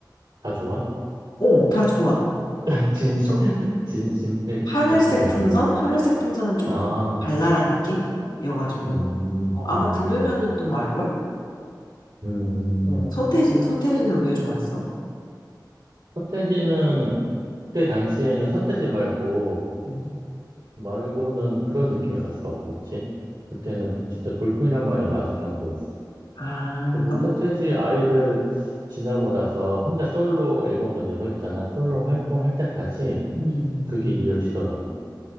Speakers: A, on the right (about 85°); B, on the left (about 80°).
A: 다 좋아?
B: 어, 다 좋아.
A: <laughs> 진심,
B: 좀,
A: 진심 팬,
B: 하늘색
A: 팬심이
B: 풍선?
A: 아닌.
B: 하늘색 풍선은 좀
A: 아,
B: 발랄한
A: 그치.
B: 느낌이어가지고.
A: 음,
B: 어, 아마
A: 음,
B: 들으면은 좀 알걸?
A: 음.
B: 어, 서태지는, 서태지는 왜 좋아했어?
A: 서태지는, 그때 당시에는 서태지 말고,
B: 음.
A: 말고는 그런 느낌의 가수가 없었지. 그때는 진짜 돌풍이란 말이 맞을 정도였어.
B: 아, 그러니까
A: 그리고
B: 뭐,
A: 서태지 아이들 지나고 나서 혼자 솔로 앨범도 내고 했잖아. 솔로 활동할 때까지
B: 음,
A: 그게 이어지더라고.